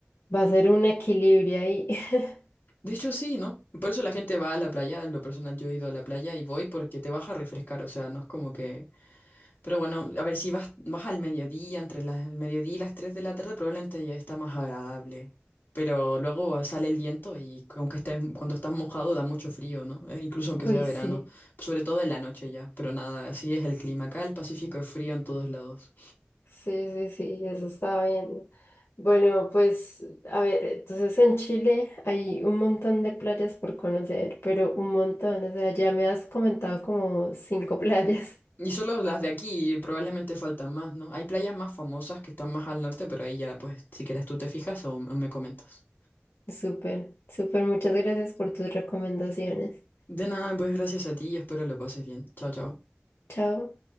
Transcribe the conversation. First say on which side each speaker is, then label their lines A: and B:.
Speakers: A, on the left; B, on the left.
A: va a ser un equilibrio ahí. <laughs>
B: De hecho, sí, ¿no? Por eso la gente va a la playa. En lo personal, yo he ido a la playa y voy porque te vas a refrescar. O sea, no es como que. Pero bueno, a ver, si vas, vas al mediodía, entre las- el mediodía y las 3 de la tarde, probablemente ya está más agradable. Pero luego sale el viento y aunque estés, cuando estás mojado da mucho frío, ¿no? Eh, incluso aunque
A: Uy,
B: sea verano.
A: sí.
B: Sobre todo en la noche ya. Pero nada, así es el clima. Acá el Pacífico es frío en todos lados.
A: Sí, sí, sí, eso estaba viendo. Bueno, pues a ver, entonces en Chile hay un montón de playas por conocer, pero un montón, o sea, ya me has comentado como cinco <laughs> playas.
B: Y solo las de aquí, y probablemente faltan más, ¿no? Hay playas más famosas que están más al norte, pero ahí ya, pues, si quieres tú te fijas o o me comentas.
A: Súper, súper, muchas gracias por tus recomendaciones.
B: De nada, pues gracias a ti y espero lo pases bien. Chao, chao.
A: Chao.